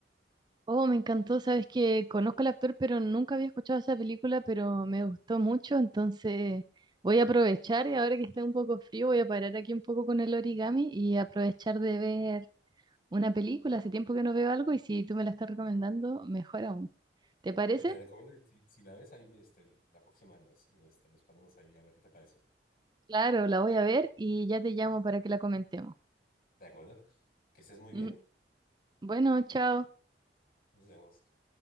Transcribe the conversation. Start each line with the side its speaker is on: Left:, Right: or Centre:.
Right: Oh, me encantó, sabes que conozco al actor, pero nunca había escuchado esa película, pero me gustó mucho, entonces voy a aprovechar y ahora que está un poco frío, voy a parar aquí un poco con el origami y aprovechar de ver una película. Hace tiempo que no veo algo y si tú me la estás recomendando, mejor aún. ¿Te parece?
Left: Eh, Te recomiendo, si, si la ves ahí, este, la próxima nos, este, nos ponemos ahí a ver qué te pareció.
Right: Claro, la voy a ver y ya te llamo para que la comentemos.
Left: ¿De acuerdo? Que estés
Right: <laughs>
Left: muy bien.
Right: Ujú. Bueno, chao.
Left: Nos vemos.